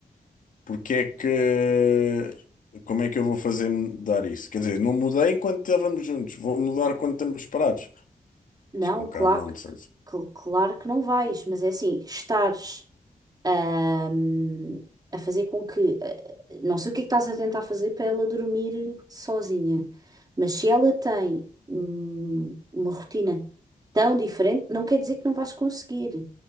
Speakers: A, on the left; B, on the right.
A: porque é que, como é que eu vou fazer mudar isso? Quer dizer, não mudei enquanto estávamos juntos, vou mudar quando estamos separados.
B: Não,
A: Acho que é um bocado
B: claro
A: nonsense.
B: que, cl- claro que não vais, mas é assim, estares ahm, a fazer com que. eh, não sei o que é que estás a tentar fazer para ela dormir sozinha, mas se ela tem hum, uma rotina tão diferente, não quer dizer que não vais conseguir.